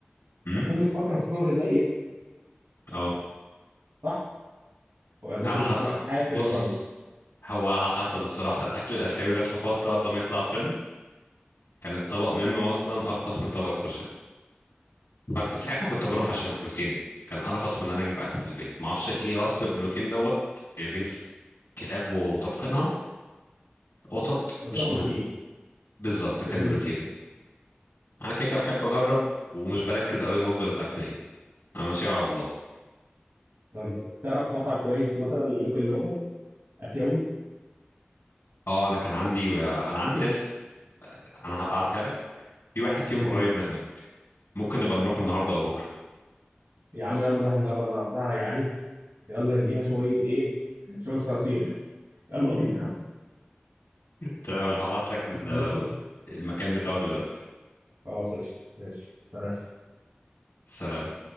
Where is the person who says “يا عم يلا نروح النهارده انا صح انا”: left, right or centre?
Right